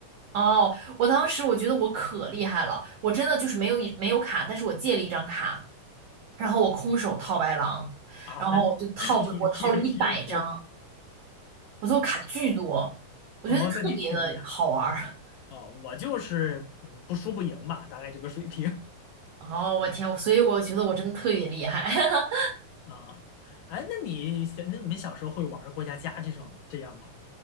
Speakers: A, on the right; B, on the left.
A: 哦，我当时我觉得我可厉害了，我真的就是没有一没有卡，但是我借了一张卡，然后我空手套白狼，
B: <laughs> 啊，
A: 然后我就套回我套了一百张，
B: 那 <laughs> 那你挺有天赋
A: 我最后卡巨多，我觉得特别的好玩儿。
B: 哦，那你挺厉害
A: <laughs>
B: 哦，我就是嗯不输不赢吧，大概这个水平
A: 哦，我天，所以我觉得我真的特别厉害。<laughs>
B: <laughs> 啊，哎，那你小那你们小时候会玩过家家这种这样吗？